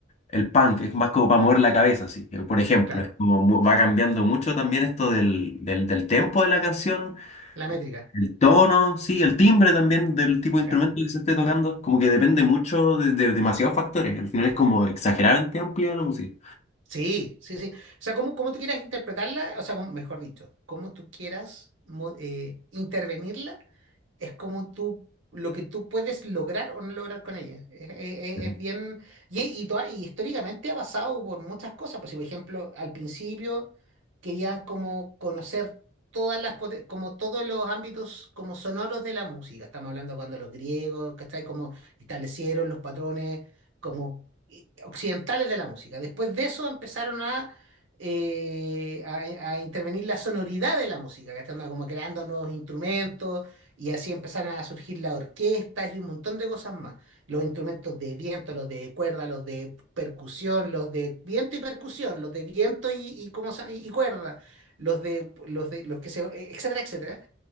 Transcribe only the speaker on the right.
claro.
La métrica.
claro.
Sí, sí, sí. O sea, como, como tú quieras interpretarla, o sea, como- mejor dicho, como tú quieras mo- eh, intervenirla, es como tú, lo que tú puedes lograr o no lograr con ella. Es, es-
es bien, y, y, toda- y históricamente ha pasado por muchas cosas. Pues, si, por ejemplo, al principio querían como conocer todas las, pote- como todos los ámbitos como sonoros de la música. Estamos hablando cuando los griegos, ¿cachai? Como establecieron los patrones como i- occidentales de la música. Después de eso empezaron a... eh, a, a intervenir la sonoridad de la música, ¿cachai? Anda Como creando nuevos instrumentos, y así empezaron a surgir las orquestas y un montón de cosas más. Los instrumentos de viento, los de cuerda, los de percusión, los de viento y percusión, los de viento y, y, ¿cómo se llama? y y cuerda, los de, los de los que se, eh, etcétera, etcétera.